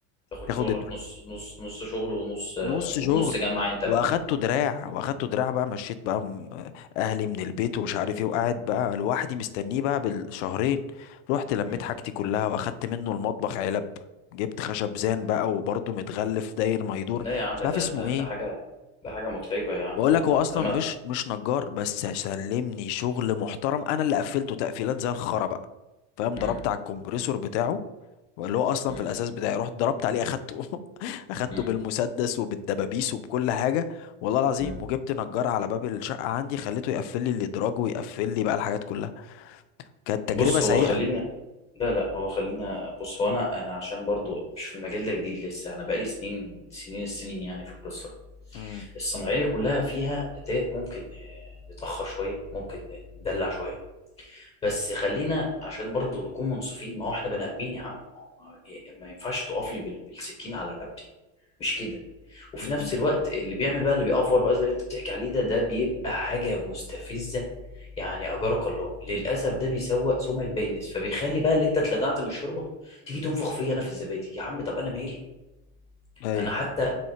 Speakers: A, on the left (about 15°); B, on the left (about 75°).
A: تاخد
B: تاخد
A: شغلك
B: الد-
A: نص نص نص شغل ونص آه،
B: نص شغل
A: ونص جمع انت
B: واخدته
A: بقى
B: دراع واخدته دراع بقى مشيت بقى م- اهلي من البيت ومش عارف ايه وقاعد بقى لوحدي مستنيه بقى بالشهرين رحت لميت
A: مم.
B: حاجتي كلها واخدت منه المطبخ علب جبت خشب زان بقى وبرضه متغلف داير ما يدور
A: لا يا عم
B: مش عارف
A: ده
B: اسمه
A: ده
B: ايه
A: ده حاجه ده حاجه متعبه يا عم
B: بقول
A: لا
B: لك هو
A: لا
B: اصلا
A: لا ما
B: مش مش نجار بس سلمني شغل محترم انا اللي قفلته تقفيلات زي الخرا بقى فاهم ضربت
A: مم.
B: على الكمبريسور بتاعه اللي هو اصلا
A: مم.
B: في الاساس بتاعي رحت ضربت عليه اخدته <laughs> اخدته
A: مم.
B: بالمسدس وبالدبابيس وبكل حاجه والله العظيم
A: مم.
B: وجبت نجار على باب الشقه عندي خليته يقفل لي الادراج ويقفل لي بقى الحاجات كلها كانت تجربه
A: بص
B: سيئه
A: هو خلينا لا لا هو خلينا بص هو انا انا عشان برضو مش في المجال ده جديد لسه انا بقالي سنين سنين السنين يعني في القصه دي
B: امم
A: الصناعيه كلها فيها ده ممكن آه، نتاخر شويه ممكن ندلع شويه بس خلينا عشان برضو نكون منصفين ما هو احنا بني ادمين يا عم ما هو إيه، إيه، ما ينفعش تقف لي بال- بالسكين على رقبتي مش كده وفي
B: امم
A: نفس الوقت اللي بيعمل بقى اللي بيأفور بقى زي اللي انت بتحكي عليه ده ده بيبقى حاجة مستفزة يعني اجرك الله للاسف ده بيسوء سمعة باقي الناس فبيخلي بقى اللي انت اتلدعت من الشوربة تيجي تنفخ فيا انا في الزبادي يا عم طب انا مالي
B: ايوه
A: انا حتى